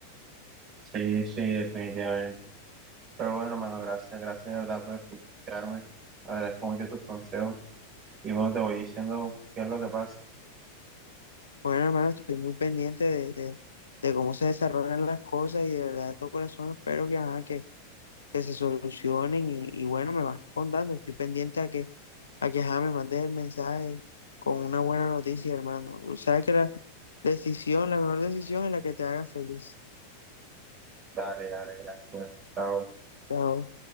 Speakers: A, on the right (about 30°); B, on the left (about 70°).
A: Sí, sí, definitivamente. Pero bueno, hermano, gracias, gracias de verdad por escucharme. Agradezco mucho tus consejos. Y bueno, te voy diciendo qué es lo que pasa.
B: Bueno, hermano, estoy muy pendiente de, de, de cómo se desarrollan las cosas y de verdad de todo corazón espero que, ajá, que, que se solucionen y, y bueno, me vas contando, estoy pendiente a que, a que ajá, me mandes el mensaje con una buena noticia, hermano. sabes que la decisión, la mejor decisión es la que te haga feliz.
A: Dale, dale, gracias. Chao.
B: Chao.